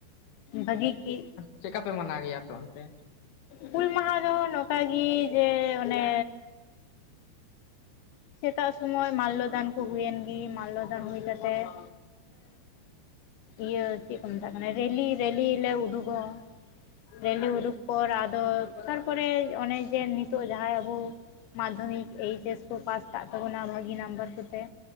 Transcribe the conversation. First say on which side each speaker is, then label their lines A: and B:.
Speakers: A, on the left (about 85°); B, on the left (about 55°).
A: ᱵᱷᱟᱹᱜᱤ ᱜᱮ
B: ᱪᱮᱫ ᱞᱮᱠᱟ ᱯᱮ ᱢᱟᱱᱟᱣ ᱜᱮᱭᱟ ᱟᱯᱮ ᱚᱱᱛᱮ
A: ᱦᱩᱞ ᱢᱟᱦᱟ ᱫᱚ ᱱᱚᱝᱠᱟᱜᱤ ᱡᱮ ᱚᱱᱮᱼᱼ ᱥᱮᱛᱟᱜ ᱥᱚᱢᱚᱭ ᱢᱟᱞᱞᱚ ᱫᱟᱱ ᱠᱚ ᱦᱩᱭᱮᱱ ᱜᱮ ᱢᱟᱞᱞᱚ ᱫᱟᱱ ᱦᱩᱭ ᱠᱟᱛᱮᱫ᱾ ᱤᱭᱟᱹ ᱪᱮᱫ ᱠᱚ ᱢᱮᱛᱟᱜ ᱠᱟᱱᱟ ᱨᱮᱞᱤ ᱨᱮᱞᱤ ᱞᱮ ᱩᱰᱩᱜᱚᱜᱼᱟ᱾ ᱨᱮᱞᱤ ᱩᱰᱩᱠ ᱯᱚᱨ ᱟᱫᱚᱼᱼ ᱛᱟᱨᱯᱚᱨᱮ ᱚᱱᱮ ᱡᱮ ᱱᱤᱛᱚᱜ ᱡᱟᱦᱟᱸᱭ ᱟᱵᱚ ᱢᱟᱫᱽᱫᱷᱚᱢᱤᱠ ᱮᱭᱤᱪ ᱮᱥᱼᱼ ᱠᱚ ᱯᱟᱥ ᱠᱟᱜ ᱛᱟᱵᱚᱱᱟ ᱵᱷᱟᱹᱜᱤ ᱱᱟᱢᱵᱟᱨ ᱠᱚᱛᱮ